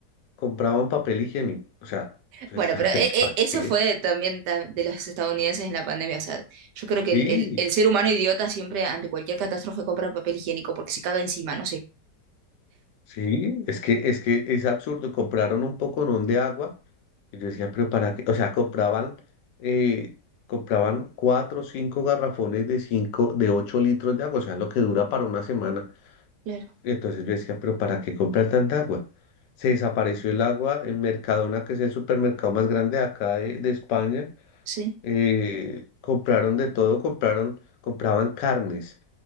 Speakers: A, on the left; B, on the right.
A: compraban papel higiénico. O sea, yo
B: Bueno,
A: decía,
B: pero
A: <laughs>
B: e- e-
A: ¿para
B: eso
A: qué?
B: fue también ta- de los estadounidenses en la pandemia. O sea, yo creo
A: Sí,
B: que el, el- el ser humano idiota siempre ante cualquier catástrofe compra papel higiénico porque se caga encima, no sé.
A: sí, es que, es que es absurdo. Compraron un poconón de agua y yo decía, pero para qué, o sea, compraban, eh, compraban cuatro o cinco garrafones de cinco, de ocho litros de agua, o sea, lo que dura para una semana.
B: Claro,
A: Entonces yo decía, pero ¿para qué comprar tanta agua? Se desapareció el agua en Mercadona, que es el supermercado más grande de acá de de España.
B: sí.
A: eh, compraron de todo, compraron, compraban carnes.